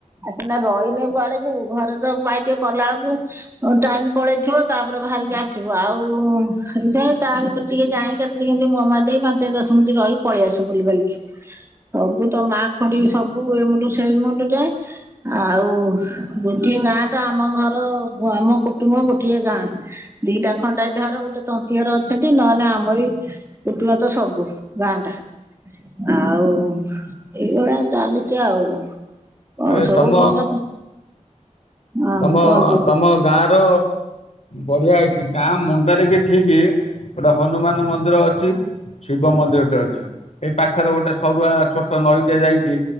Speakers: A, on the right; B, on the left.
A: ଆ ସିନା ରହିଲେ କୁଆଡେ ଯିବୁ ଘରେ ତ ପାଇଟି ଟିକେ କଲା ବେଳକୁ ଓ ଟାଇମ ପଳେଇଥିବ ତାପରେ ବାହାରିକି ଆସିବ ଆଉ ସେଇଯାଇ ତା ଭିତରେ ଟିକେ ଯାଇ କେତେଳେ କେମିତି ମୁହଁ ମାରି ଦେଇ ପାଞ୍ଚ ଦଶ ମିନିଟ ରହି ପଳେଇ ଆସୁ ବୁଲି ବାଲିକି। ସବୁ ତ ମା ଖୁଡି ସବୁ ଏ ମୁଣ୍ଡୁ ସେ ମୁଣ୍ଡୁ ଯାଏ। ଆଉ ଗୋଟିଏ ଗାଁ ତ ଆମ ଘର ଆମ କୁଟୁମ୍ବ ଗୋଟିଏ ଗାଁ। ଦିଟା ଖଣ୍ଡାଇତ ଘର ଗୋଟେ ତନ୍ତି ଘର ଅଛନ୍ତି ନହଲେ ନା ଆମରି କଟୁମ୍ୱ ତ ସବୁ ଗାଁ ଟା। ଆଉ ଏଇଭଳିଆ ଚାଲିଛି ଆଉ। ହଁ
B: ଏ
A: ସବୁ
B: ତମ
A: ଘର ହଁ
B: ତମ
A: କୁହନ୍ତୁ।
B: ତମ ଗାଁ ର ବଢିଆ ଏଇଠି ଗାଁ ମୁଣ୍ଡରେ କି ଠିକ ଗୋଟେ ହନୁମାନ ମନ୍ଦିର ଅଛି। ଶିବ ମନ୍ଦିରଟେ ଅଛି ଏଇ ପାଖରେ ଗୋଟେ ସରୁଆ ଛୋଟ ନଈଟେ ଯାଇଛି।